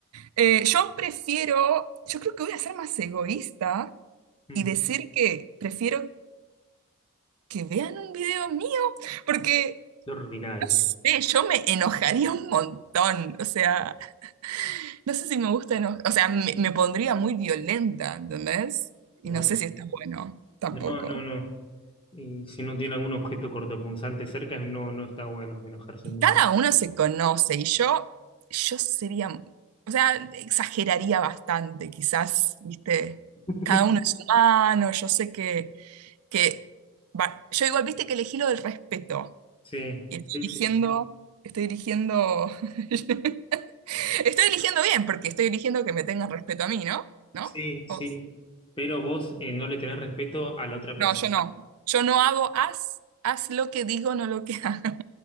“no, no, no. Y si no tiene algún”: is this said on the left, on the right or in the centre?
Left